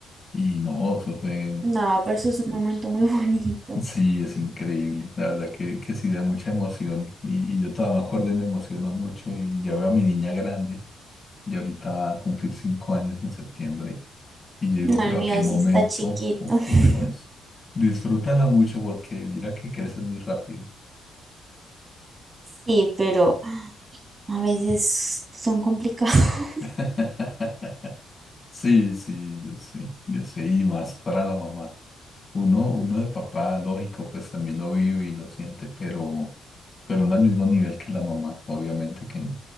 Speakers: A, on the left; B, on the right.
A: Y no, eso fue,
B: No, pero eso es un momento muy bonito.
A: sí, es increíble. La verdad que, que sí da mucha emoción. Y, y yo todavía me acuerdo y me emociono mucho. Y ya veo a mi niña grande, ya ahorita va a cumplir cinco años en septiembre. Y yo digo,
B: No,
A: pero
B: el
A: ¿a
B: mío
A: qué momento
B: sí está chiquito.
A: ocurrió
B: <laughs>
A: eso? Disfrútala mucho porque mira que creces muy rápido.
B: Sí, pero A veces son complicados. <laughs>
A: <laughs> Sí, sí, yo sé, yo sé, y más para la mamá. Uno, uno de papá, lógico, pues también lo vive y lo siente, pero, pero no al mismo nivel que la mamá, obviamente que no.